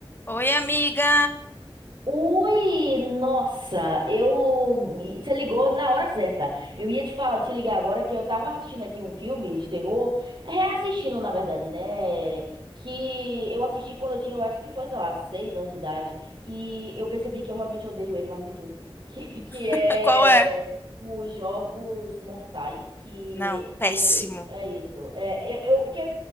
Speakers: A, on the left; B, on the right.
A: Oi, amiga.
B: Ui, nossa, eu você ligou na hora certa. Eu ia te falar, te ligar agora que eu tava assistindo aqui um filme de terror, reassistindo na verdade, né? Que eu assisti quando eu tinha, eu acho que foi, sei lá, seis anos de idade, e eu percebi que eu realmente odeio ele mais do que tudo, <laughs> que que é
A: <laughs> Qual é?
B: os Jogos Mortais que
A: Não, péssimo.
B: eu odeio. É isso. É, eu, eu porque